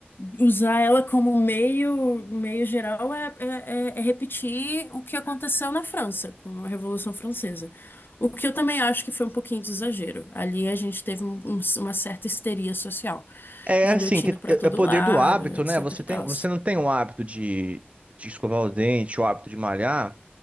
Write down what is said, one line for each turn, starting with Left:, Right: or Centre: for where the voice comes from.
Left: usar ela como meio, meio geral é, é, é- é repetir o que aconteceu na França, com a Revolução Francesa. O que eu também acho que foi um pouquinho de exagero. Ali a gente teve um- um- uma certa histeria social.
Right: É
Left: Guilhotina
Right: assim, que é
Left: pra todo
Right: é poder
Left: lado,
Right: do hábito,
Left: etc
Right: né? Você
Left: e
Right: tem,
Left: tal.
Right: você não tem o hábito de, de escovar os dentes, o hábito de malhar.